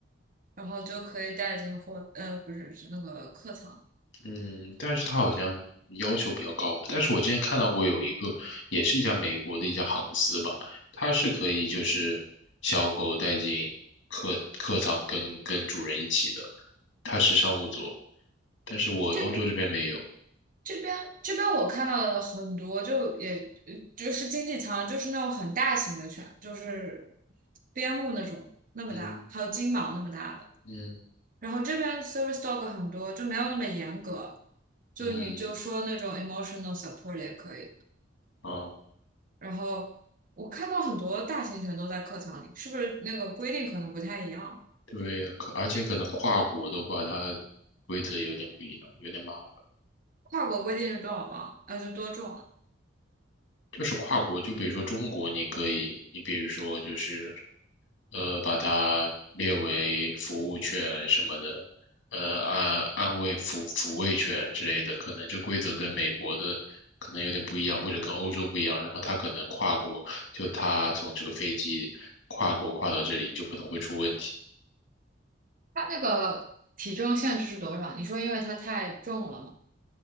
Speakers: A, on the right; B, on the left.
A: 然后就可以带进货，呃，不是是那个客仓。
B: 嗯，但是他好像要求比较高吧。但是我之前看到过有一个，也是一家美国的一家航司吧，它是可以就是小狗带进客客舱跟跟主人一起的，它是商务座，但是我欧洲这边没有。
A: 这边这边这边我看到的很多，就也呃就是经济舱，就是那种很大型的犬，就是边牧那种那么大，
B: 嗯
A: 还有金毛那么大的。
B: 嗯
A: 然后这边 service dog 很多，就没有那么严格，就你就说那种
B: 嗯
A: emotional support 也可以。
B: 啊，
A: 然后我看到很多大型犬都在客舱里，是不是那个规定可能不太一样？
B: 对，可而且可能跨国的话，它规则有点不一样，有点麻烦。
A: 跨国规定是多少磅？呃，是多重啊？
B: 就是跨国，就比如说中国，你可以，你比如说就是呃，把它列为服务犬什么的，呃，安安慰抚抚慰犬之类的，可能这规则跟美国的可能有点不一样，或者跟欧洲不一样，然后它可能跨国，就它从这个飞机跨国跨到这里，就可能会出问题。
A: 它那个体重限制是多少？你说因为它太重了吗？